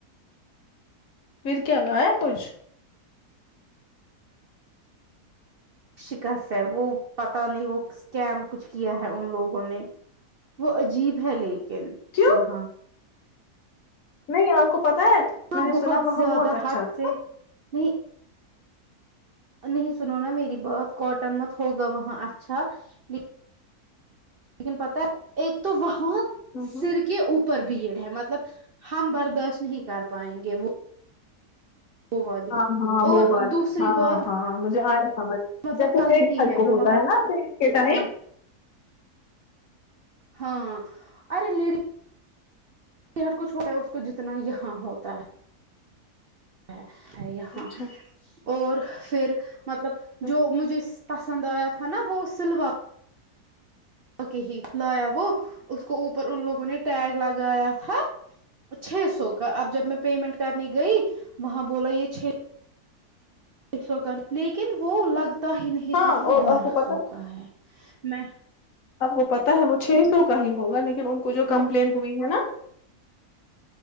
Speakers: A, on the left; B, on the right.
A: پھر کیا لایا کچھ
B: شکست ہے وہ پتا نہیں وہ اسکم کچھ کیا ہے ان لوگوں نے وہ عجیب ہے لیکن
A: کیوں
B: وہاں
A: نہیں آپ کو پتا ہے
B: آپ
A: میں نے
B: بہت
A: سنا وہاں
B: زیادہ
A: بہت اچھا
B: حد
A: تھا
B: سے نہیں نہیں سنو نا میری بات کوٹن مت ہوگا وہاں اچھا لن لیکن پتا ہے ایک تو وہاں
A: ہاں
B: سر کے اوپر پر بھیڑ ہے مطلب ہم برداشت نہیں کر پائیں گے وہ والی
A: ہاں ہاں
B: اور
A: وہ بات
B: دوسری
A: ہاں
B: بات
A: ہاں مجھے آیا سمجھ
B: مطلب
A: جیسے
B: کل
A: پڈ
B: نہیں
A: ہڈ کو
B: جو
A: ہوتا
B: وہاں
A: ہے نا کے ٹائم
B: ہاں ہاں ارے لیڈ یہ ہر کو چھوڑتا ہے اس کو جتنا یہاں ہوتا ہے ہے ہے یہاں
A: اچھا
B: اور پھر مطلب
A: اچھا
B: جو مجھے پسند آیا تھا نا وہ سلوا اک ہی لایا وہ اس کو اوپر ان لوگوں نے ٹیگ لگایا تھا چھ سو کا اب جب میں پیمنٹ کرنے گئی وہاں بولا یہ چھ چھ سو کا لیکن وہ لگتا ہی نہیں
A: ہاں
B: تھا کہ وہ
A: اور
B: بارہ
A: آپ کو پتا
B: سو کا ہے میں
A: اب ہوتا تھا ہوگا چھ سو کا ہی ہوگا لیکن ان کو جو
B: کیا
A: کمپلین ہوئی ہے نا